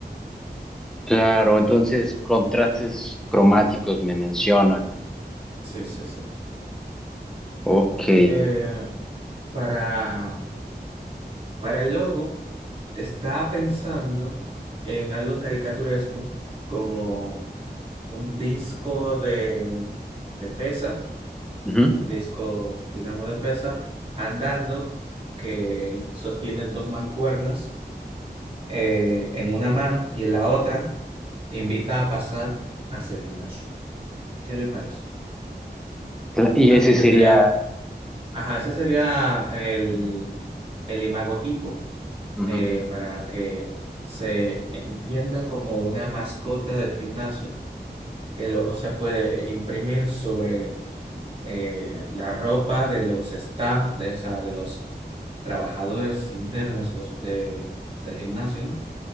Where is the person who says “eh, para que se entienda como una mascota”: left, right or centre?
Right